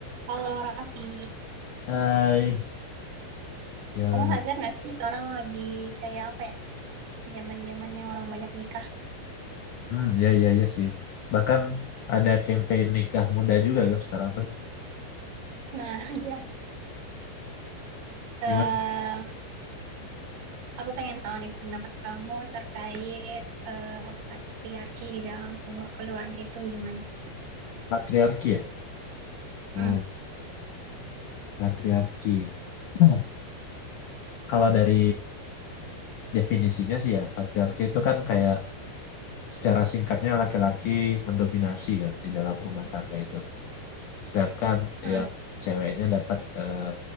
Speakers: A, on the right; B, on the left.
A: Kalau Raffi,
B: Hai, gimana
A: kamu
B: nih?
A: sadar nggak sih sekarang lagi kayak apa ya? Zaman-zamannya orang banyak nikah.
B: Hmm, ya, ya, ya sih. Bahkan ada campaign nikah muda juga kan sekarang tuh.
A: Nah, <laughs> iya. Em,
B: Gimana?
A: aku pengen tahu nih pendapat kamu terkait eh, patriarki di dalam sebuah keluarga itu gimana?
B: Patriarki ya?
A: Hmm,
B: Hmm, patriarki. Nah, kalau dari definisinya sih ya, patriarki itu kan kayak secara singkatnya laki-laki mendominasi kan di dalam rumah tangga itu. Sedangkan
A: hmm,
B: yang ceweknya dapat eh,